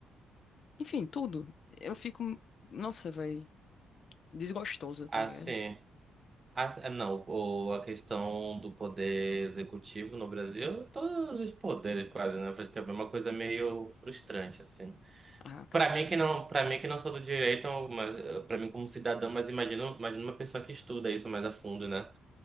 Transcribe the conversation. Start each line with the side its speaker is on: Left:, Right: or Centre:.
Left: enfim, tudo. Eu fico, nossa, velho, desgostosa, tá
Right: Assim.
Left: ligado?
Right: As- é, Não, ou a questão do poder executivo no Brasil, todos os poderes quase, né? Acho que é uma coisa meio frustrante, assim.
Left: Ah, cara.
Right: Pra mim que não, para mim que não sou do direito, mas para mim como cidadão, mas imagino, imagino uma pessoa que estuda isso mais a fundo, né?